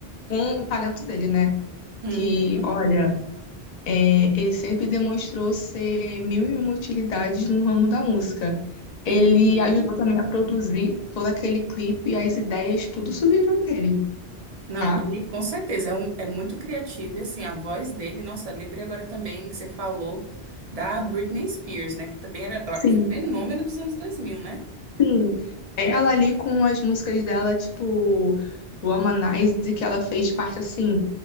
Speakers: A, on the left; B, on the right.
A: com o talento dele, né?
B: Uhum,
A: Que, olha, é, ele sempre demonstrou ser mil e uma utilidades no ramo da música. Ele
B: uhum.
A: ajudou também a produzir todo aquele clipe, as ideias, tudo isso viram dele,
B: Não,
A: tá?
B: ele com certeza é, um, é muito criativo, e assim, a voz dele, nossa, lembrei agora também que você falou da Britney Spears, né? Que também era ó,
A: Sim,
B: o fenômeno dos anos 2000, né?
A: sim. Ela ali com as músicas dela, tipo, o Amanize, que ela fez parte assim,